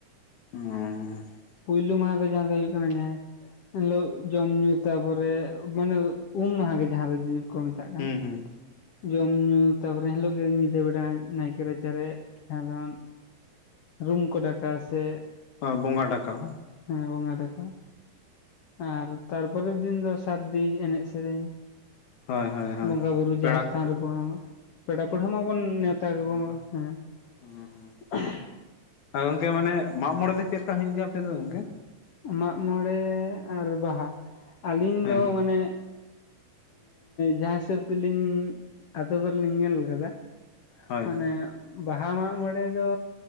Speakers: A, on the left (about 65°); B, on the left (about 85°).
A: ᱦᱩᱸ
B: ᱯᱩᱭᱞᱩ ᱢᱟᱦᱟ ᱫᱚ ᱡᱟᱦᱟᱸ ᱫᱚ ᱦᱩᱭᱩᱜ ᱠᱟᱱᱟ ᱮᱱᱟᱹᱦᱤᱞᱳᱜ ᱡᱚᱢ ᱧᱩ ᱛᱟᱨᱯᱚᱨᱮ ᱢᱟᱱᱮ ᱩᱢ ᱢᱟᱦᱟ ᱜᱮ ᱡᱟᱦᱟᱸ ᱫᱚ ᱠᱚ ᱢᱮᱛᱟᱜ ᱠᱟᱱ
A: ᱦᱩᱸ ᱦᱩᱸ
B: ᱡᱚᱢ ᱧᱩ ᱛᱟᱨᱯᱚᱨᱮ ᱤᱱᱟᱹᱦᱤᱞᱳᱜ ᱜᱮ ᱧᱤᱫᱟᱹ ᱵᱮᱲᱟ ᱱᱟᱭᱠᱮ ᱨᱟᱪᱟᱨᱮ ᱡᱟᱦᱟᱸ ᱫᱚ ᱨᱩᱢ ᱠᱚ ᱰᱟᱠᱟᱣ ᱥᱮ
A: ᱵᱚᱸᱜᱟ ᱰᱟᱠᱟᱣ
B: ᱦᱮᱸ ᱵᱚᱸᱜᱟ ᱰᱟᱠᱟᱣ ᱟᱨ ᱛᱟᱨᱯᱚᱨᱮᱨ ᱫᱤᱱ ᱫᱚ ᱥᱟᱹᱨᱫᱤ ᱮᱱᱮᱡ ᱥᱮᱨᱮᱧ
A: ᱦᱳᱭ ᱦᱳᱭ ᱦᱳᱭ
B: ᱵᱚᱸᱜᱟ ᱵᱩᱨᱩ
A: ᱯᱮᱲᱟ
B: ᱡᱟᱦᱮᱨ ᱛᱷᱟᱱ
A: ᱠᱩᱴᱩ
B: ᱨᱮᱵᱚᱱ ᱯᱮᱲᱟ ᱯᱟᱹᱲᱦᱟᱹ ᱢᱟᱵᱚᱱ ᱱᱮᱶᱛᱟ ᱠᱟᱠᱚᱣᱟ ᱦᱮᱸ
A: ᱦᱮᱸ ᱦᱮᱸ
B: <unintelligible>
A: ᱟ ᱜᱚᱝᱠᱮ ᱢᱟᱱᱮ ᱢᱟᱜ ᱢᱚᱬᱮ ᱫᱚ ᱪᱮᱫ ᱞᱮᱠᱟ ᱦᱩᱭᱩᱜ ᱜᱮᱭᱟ ᱟᱯᱮ ᱫᱚ ᱜᱚᱝᱠᱮ
B: ᱢᱟᱜ ᱢᱚᱬᱮ ᱟᱨ ᱵᱟᱦᱟ ᱟᱹᱞᱤᱧ
A: ᱦᱮᱸ
B: ᱫᱚ ᱢᱟᱱᱮ ᱡᱟᱦᱟᱸ ᱦᱤᱥᱟᱹᱵ ᱛᱮᱞᱤᱧ ᱟᱛᱩ ᱠᱚᱨᱮ ᱞᱤᱧ ᱧᱮᱞ ᱟᱠᱟᱫᱟ
A: ᱦᱳᱭ
B: ᱢᱟᱱᱮ ᱵᱟᱦᱟ ᱢᱟᱜ ᱢᱚᱬᱮ ᱫᱚ